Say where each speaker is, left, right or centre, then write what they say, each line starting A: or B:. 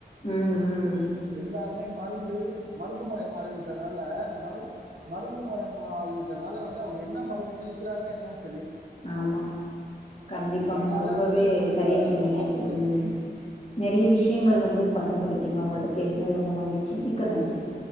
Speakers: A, on the left; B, on the right.
A: ம் ம்
B: எல்லா துண்டு மருந்து மருந்துமயம் ஆகிவிட்டதால அந்த மருந் மருந்துமயம் ஆகிவிட்டனால வந்து அவுங்க என்ன மருந்து தெளிக்கிறாங்க என்னனு
A: ஆமா கண்டிப்பாங்க
B: அதனால
A: ரொம்பவே
B: வந்து சில
A: சரியா சொன்னீங்
B: உபாதைகள்
A: கெ உம்
B: வருது.
A: நெறைய
B: ம்.
A: விஷ்யங்கள் வந்து பகிர்ந்துக்கிட்டிங்க உங்கள்ட்ட பேசுனது ரொம்ப மகிழ்ச்சி மிக்க நன்றி